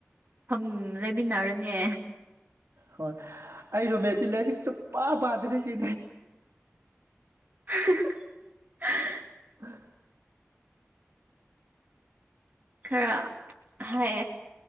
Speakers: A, on the right; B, on the right.
A: ꯐꯝ ꯂꯩꯃꯤꯟꯅꯔꯅꯤ
B: ꯍꯣꯏ ꯑꯩ ꯔꯨꯝꯃꯦꯠꯗꯤ ꯂꯥꯏꯔꯤꯛ ꯁꯨꯛꯄꯥ ꯄꯥꯗ꯭꯭ꯔꯤꯁꯤ
A: <unintelligible>
B: <inaudible>
A: ꯈꯔ ꯍꯥꯏ